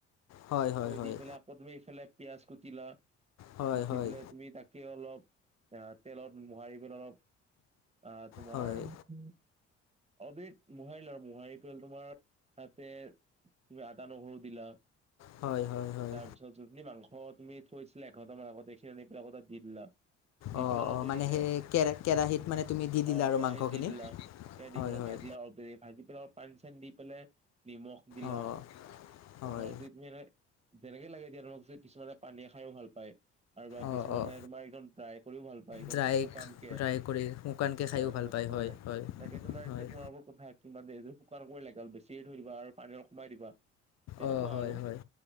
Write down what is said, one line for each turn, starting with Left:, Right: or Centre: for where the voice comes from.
Left: হয় হয়
Right: থৈ
Left: হয়
Right: দি পেলাই আকৌ তুমি এইফালে পিঁয়াজ কুটিলা
Left: হয়
Right: কুতি
Left: হয়
Right: পেলাই তুমি তাকেই অলপ আহ তেলত মোহাৰি পেলাই অলপ, আহ তোমাৰ
Left: হয়
Right: অলপ দেৰি মোহাৰিলা আৰু, মোহাৰি পেলাই তোমাৰ তাতে তুমি আদা, নহৰু দিলা।
Left: হয়, হয়, হয়।
Right: তাৰপিছত যোনখিনি মাংস তুমি থৈছিলা এঘন্টা মান আগতে, সেইখিনি আনি পেলাই আকৌ তাত দি দিলা। দি
Left: অঁ
Right: পেলাই অলপ
Left: অঁ
Right: দেৰি
Left: মানে
Right: তাতে,
Left: সেই কে কেৰাহীত মানে তুমি দি দিলা
Right: অ,
Left: আৰু
Right: কেৰাহীত
Left: মাংসখিনি
Right: দি দিলা। কেৰাহীত
Left: হয়
Right: দি পেলাই
Left: হয়
Right: ভাজিলা অলপ দেৰি, ভাজি পেলাই অলপ পানী চানী দি পেলাই নিমখ দিলা।
Left: অঁ হয়
Right: অলপ দেৰি তুমি এনেকে যেনেকে লাগে এতিয়া তোমাক যে, কিছুমানে পানীয়া খায়ো ভাল পায় আৰু বা
Left: অঁ
Right: কিছুমানে
Left: অঁ
Right: তোমাৰ একদম ড্ৰাই কৰিও ভাল পায় একদম
Left: ড্ৰাই
Right: শুকানকে,
Left: ড্ৰাই কৰি শুকানকৈ খায়ো
Right: হয়,
Left: ভাল
Right: একদম
Left: পায়
Right: শুকানকে
Left: হয় হয়
Right: তাকে তোমাৰ এতিয়া
Left: হয়
Right: তোমাৰ ওপৰত কথা কিমান, এইটো শুকান কৰি লাগে অলপ বেছিয়ে থৈ দিবা আৰু পানী অলপ কমাই দিবা। তেনেকুৱা
Left: অঁ হয়
Right: আৰু
Left: হয়,